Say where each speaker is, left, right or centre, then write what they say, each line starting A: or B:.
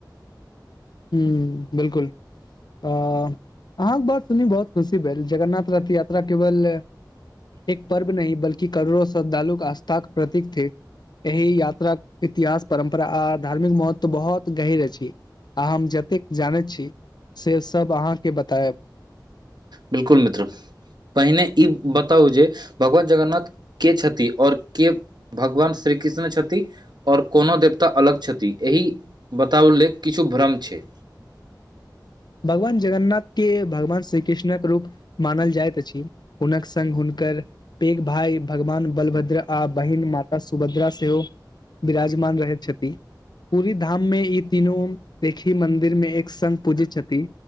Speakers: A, on the left; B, on the right.
A: हूँ बिलकुल। अँ अहाँक बात सुनि बहुत खुशी भेल जगन्नाथ रथ यात्रा केवल। एक पर्व नै बल्कि करोड़ो श्रद्धालुक आस्थाक प्रतीक थिक। एहि यात्राक के इतिहास परम्परा आ धार्मिक महत्व बहुत गहीर अछि। आ हम जतेक जानैत छी से सब अहाँके बतायब।
B: बिल्कुल मित्र। पहिने ई बताउ जे भगवान जगन्नाथ के छथि आओर के। भगवान श्री कृष्ण छथि। आओर कोनो देवता अलग छथि एहि बतावल लेल किछु भ्रम छै।
A: भगवान जगन्नाथके भगवान श्री कृष्णक रूप। मानल जाइत अछि हुनक संग हुनकर। पेघ भाई भगवान बलभद्रा आ बहिन माता सुभद्रा सेहो। बिराजमान रहैत छति। पूरी धाममे ई तीनू देखी मंदिरमे एक संग पूजै छत। ती